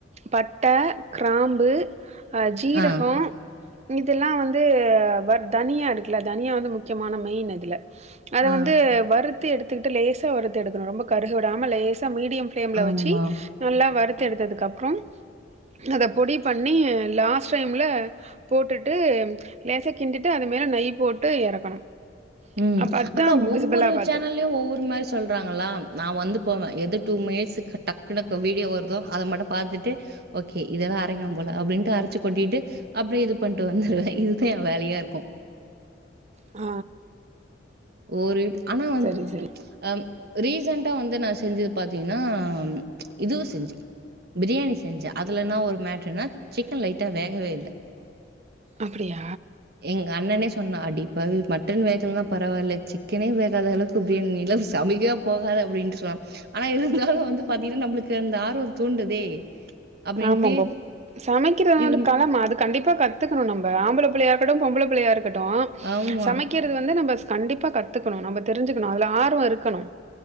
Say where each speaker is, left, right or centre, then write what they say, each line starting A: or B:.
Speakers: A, on the right; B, on the right.
A: பட்டை கிராம்பு அஜீரக
B: ஆ,
A: இதெல்லா வந்து வ தனியா இருக்குல தனியா வந்து முக்கியமான மெயின் அதில அத
B: ஆ,
A: வந்து வருத் த்து எடுத்துக்கட்டு லேசா வறுத்து எடுக்கனு ரொம்ப கருக விடாம லேஸ் த்த மீடியம் பிளேம்ல
B: ஆமா.
A: வச்சு நல்லா வறுத்து எடுத்ததுக்கு அப்புறோ அத பொடி பண்ணி லாஸ்ட் டைம்ல போட்டுட்டு லேசா கிண்டிட்டு அது மேல நெய் போட்டு எறக்கணு
B: ம்
A: அப்ப அதான்
B: அக்கா ஒவ்வொரு
A: பிசுபலாபாத்து
B: சேனல்லயு ஒவ்வொரு மாரி சொல்றாங்களா நான் வந்து போவே எது டூ மினிட் க டக்கு வீடியோ வருதோ அத மட்டும் பாத்துட்டு ஓகே இதெல்லா அரைக்கணு போல அப்படின்ட்டு அரைச்சு கொட்டிட்டு அப்டியே இது பண்ணிட்டு வந்துருவே இதுதா என் வேலையா இருக்கு
A: ஆ
B: ஓரிட் ஆனா வந்து
A: சரி சரி
B: அம் ரீசன்ட்டா வந்து நா செஞ்சது பாத்தீங்கன்னா இதுவு செஞ்சே பிரியாணி செஞ்சே அதுலனா ஒரு மேட்ருனா சிக்கன் லைட்டா வேகவே இல்ல
A: அப்படியா
B: எங்க அண்ணனே சொன்னா அடிப் பவி மட்டன் வேகலைன்னா பரவாயில்ல சிக்கனே வேகாத அளவுக்குப்பனு நிலஸ் சமைக்கா போகாது அப்படின்னு சொன்னா ஆனா இருந்தாலு வந்து பாத்தீங்கன்னா நம்மளுக்கு அந்த ஆர்வம் தூண்டுதே அப்டின்ட்டு
A: ஆமாம்ப சமைக்கிறது
B: இது
A: ஒரு
B: ம்
A: கலமா அது கண்டிப்பா கத்துக்கணு நம்ம ஆம்பள பிள்ளை யாரு பொம்பள பிள்ளயா இருக்கட் டோ
B: ஆமா
A: சமைக்கிறது வந்து நம்ம ஸ் கண்டிப்பா கத்துக்கணு நம்ம தெரிஞ்சுக்கணு அதுல ஆர்வ இருக்கணு